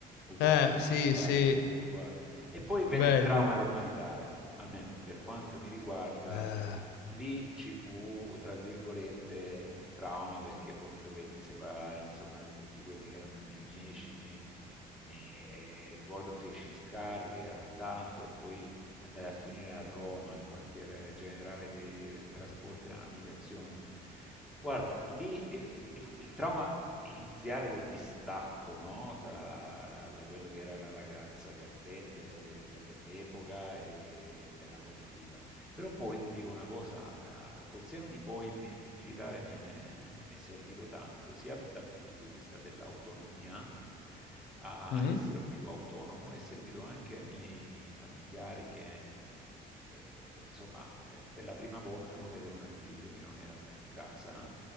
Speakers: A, in the centre; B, on the left.
A: uguale,
B: Eh, sì,
A: uguale,
B: sì,
A: uguale. E poi venne
B: bello.
A: il trauma del militare, almeno per quanto mi riguarda,
B: Eh,
A: lì ci fu, tra virgolette, un trauma perché poi mi dovetti separare, insomma, da tutti quelli che erano i miei amici. Mi, mi, eh, ricordo feci il carrier a Taranto e poi andai a finire a Roma, al quartiere generale dei trasporti e della navigazione. Guarda, lì eh, fu- il trauma iniziale del distacco, no? Da, da quello che era la ragazza di alle- de- de- de- dell'epoca e della comitiva. Però poi ti dico una cosa, eh, col seno di poi il, mi- il militare mi è, mi è servito tanto, sia dal punto di vista dell'autonomia, a
B: mm,
A: essere più autonomo, è servito anche ai miei familiari che, eh, insomma, eh, per la prima volta no, vedevano il figlio che non era più in casa